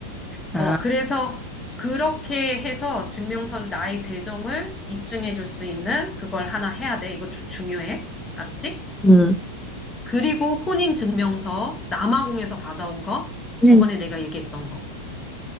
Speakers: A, in the centre; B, on the left.
A: 아,
B: 어, 그래서 그렇게 해서 증명서를 나의 재정을 입증해 줄 수 있는 그걸 하나 해야 돼. 이거 주, 중요해. 알았지?
A: 음.
B: 그리고 혼인증명서, 남아공에서 받아온 거,
A: 혼인.
B: 저번에 내가 얘기했던 거.